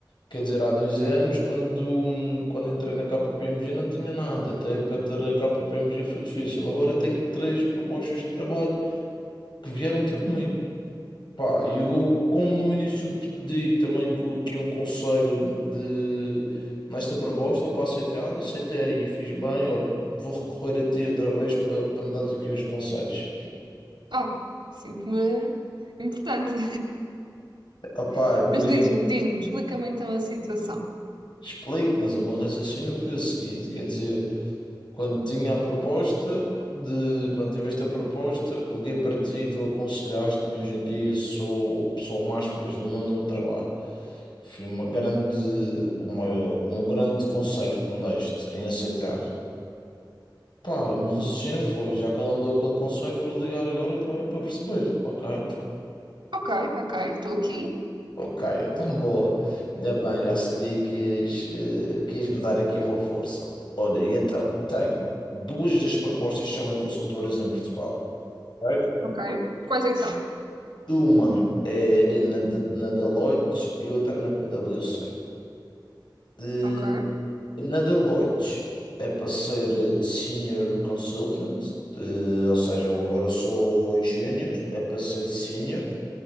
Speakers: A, on the left (about 75°); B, on the right (about 80°).
A: quer dizer, há dois anos, quando, quando entrei na KPMG, não tinha nada. Até para ter a KPMG foi difícil. Agora tenho três propostas de trabalho que vieram ter comigo. Pá, eu, como no início te pedi também co- aqui um conselho de, nesta proposta para aceitar, aceitei e fiz bem. Olha, vou recorrer a ti outra vez para, para me dar aqui uns conselhos.
B: Oh, sinto-me importante.
A: Ah, pá,
B: <laughs>
A: imagina,
B: Mas diz-me, diz-me, explica-me então a situação.
A: explico, mas o meu raciocínio foi o seguinte: quer dizer, Quando tinha a proposta de, quando tive esta proposta, liguei para ti, tu aconselhaste-me, e hoje em dia sou a pessoa mais feliz do mundo onde trabalho. Foi uma grande, uma, um grande conselho que me deste em aceitar. Pá, o meu raciocínio foi, já que ela me deu aquele conselho, vou ligar agora também para perceber, ok?
B: Ok, ok, estou aqui.
A: Ok, então boa. Ainda bem, já sabia que ias, eh, que ias me dar aqui uma força. Olha, e então, tenho duas das propostas que são em consultoras em Portugal. Ok.
B: Ok. Quais é que são?
A: Uma é na, de- na Deloitte e outra na PwC. De-
B: Ok.
A: na Deloitte é para ser eh, Senior Consultant, eh, ou seja, eu agora sou Junior, é para ser Senior